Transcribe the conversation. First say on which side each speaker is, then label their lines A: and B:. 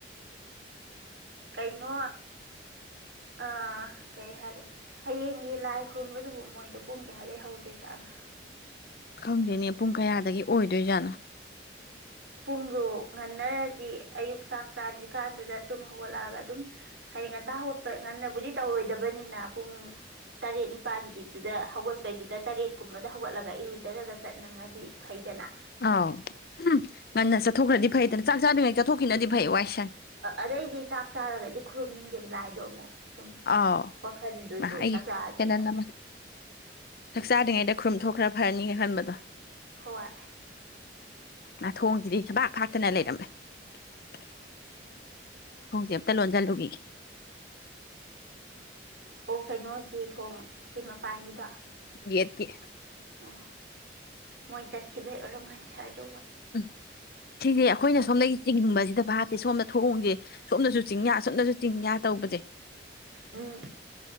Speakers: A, on the right; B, on the left.
A: ꯀꯩꯅꯩꯅꯣ ꯑꯥ ꯀꯩ ꯍꯥꯏꯈꯦ ꯍꯌꯦꯡꯒꯤ ꯂꯥꯏ ꯈꯨꯔꯨꯝꯕꯗꯨꯕꯨ ꯃꯣꯏꯗꯣ ꯄꯨꯡ ꯀꯌꯥꯗꯒꯤꯩ ꯍꯧꯗꯣꯏꯖꯥꯠꯅꯣ
B: ꯈꯪꯗꯣꯏꯅꯦ ꯄꯨꯡ ꯀꯌꯥꯗꯒꯤ ꯑꯣꯏꯗꯣꯏꯖꯥꯠꯅꯣ
A: ꯄꯨꯡꯗꯣ ꯉꯟꯅꯔꯗꯤ ꯑꯌꯨꯛꯛꯇꯥꯛ ꯆꯥꯗ꯭ꯔꯤꯀꯥꯟꯗꯨꯗ ꯇꯨꯝ ꯍꯧꯒꯠꯂꯛꯑꯒ ꯑꯗꯨꯝ ꯍꯥꯏꯗꯤ ꯉꯟ ꯍꯧꯒꯠꯄ ꯉꯟꯅꯕꯨꯗꯤ ꯇꯧꯔꯣꯏꯗꯕꯅꯤꯅ ꯄꯨꯡ ꯇꯔꯦꯠ ꯅꯤꯄꯥꯜꯒꯤꯗꯨꯗ ꯍꯧꯒꯠꯄꯩꯗꯨꯗ ꯇꯔꯦꯠꯀꯨꯝꯕꯗ ꯍꯧꯒꯠꯂꯒ ꯏꯔꯨꯖꯔꯒ ꯆꯠꯅꯤꯡꯉꯗꯤ ꯐꯩꯗꯅ
B: ꯑꯥꯎꯝ ꯉꯟꯅ ꯆꯠꯊꯣꯛꯈ꯭ꯔꯗꯤ ꯐꯩꯗꯅ ꯆꯥꯛ ꯆꯥꯗ꯭ꯉꯩ ꯆꯠꯊꯣꯛꯈꯤꯅꯗꯤ ꯐꯩ ꯋꯥꯏꯁꯦ
A: ꯑꯗꯩꯗꯤ ꯆꯥꯛ ꯆꯥꯔꯒꯗꯤ ꯈꯨꯔꯨꯝꯅꯤꯡꯗꯦꯕ ꯂꯥꯏꯗꯣ ꯑꯃꯨꯛ ꯁꯨꯝ
B: ꯑꯥꯎ
A: ꯋꯥꯈꯜꯗꯨꯁꯨ
B: ꯑꯩꯒꯤ
A: ꯆꯥꯛ ꯆꯥꯗ꯭ꯔꯤꯒ
B: ꯍꯦꯟꯅ ꯅ ꯆꯛꯆꯥꯥꯗꯉꯩꯗ ꯈꯨꯔꯨꯝꯊꯣꯛꯈ꯭ꯔ ꯐꯔꯅꯤꯉꯦ ꯈꯟꯕꯗꯣ
A: ꯍꯣꯏ
B: ꯅꯥꯊꯣꯡꯁꯤꯗꯤ ꯁꯕꯥꯛ ꯈꯥꯛꯇꯅ ꯂꯩꯔꯝꯃꯦꯦ ꯊꯣꯡꯁꯦ ꯑꯝꯇ ꯂꯣꯟꯁꯤꯜꯂꯨꯒ
A: ꯑꯣ ꯀꯩꯅꯣꯒꯤ ꯊꯣꯡ ꯁꯤ ꯃꯄꯥꯟꯒꯤꯗꯣ
B: ꯒꯦꯠꯀꯤ
A: ꯑꯣ ꯃꯣꯏ ꯆꯠꯈꯤꯕꯩ ꯑꯣꯏꯔꯝꯒꯅꯤ ꯁꯥꯔꯖꯧ
B: ꯎꯝ ꯁꯤꯁꯦ ꯑꯩꯈꯣꯏꯅ ꯁꯣꯝꯗꯒꯤ ꯆꯤꯡꯕꯁꯤꯗ ꯚꯥꯞꯠꯇꯦ ꯁꯣꯝꯗ ꯊꯑꯣꯣꯡꯁꯦ ꯁꯣꯝꯅꯁꯨ ꯆꯤꯡꯌꯥ ꯁꯣꯝꯅꯁꯨ ꯆꯤꯡꯌꯥ ꯇꯧꯕꯁꯦ
A: ꯎꯝ